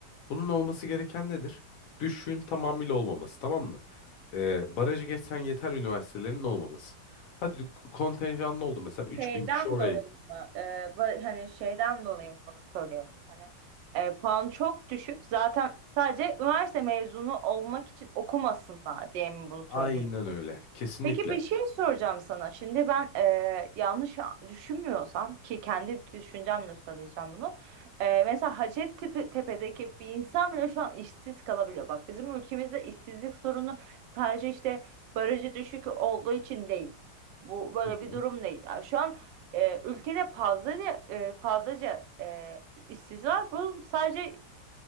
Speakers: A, on the left; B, on the right.
A: bunun olması gereken nedir? Düşüğün tamamıyla olmaması, tamam mı? Ee, barajı geçsen yeter üniversitelerinin olmaması. Hadi kontenjanlı oldu mesela 3000
B: Şeyden
A: kişi oraya.
B: dolayı mı? e, ba- hani şeyden dolayı mı bunu söylüyorsun? Hani e, puan çok düşük. Zaten sadece üniversite mezunu olmak için okumasınlar diye mi bunu söylüyorsun?
A: Aynen öyle. Kesinlikle.
B: Peki bir şey soracağım sana. Şimdi ben e, yanlış düşünmüyorsam ki kendi düşüncemle söyleyeceğim bunu. E, mesela Hacettepe'deki bir insan bile şu an işsiz kalabiliyor. Bak bizim ülkemizde işsizlik sorunu sadece işte barajı düşük olduğu için değil. Bu böyle
A: Hı hı.
B: bir durum değil. Yani şu an e, ülkede fazlaca e, fazlaca e, işsiz var. Bu sadece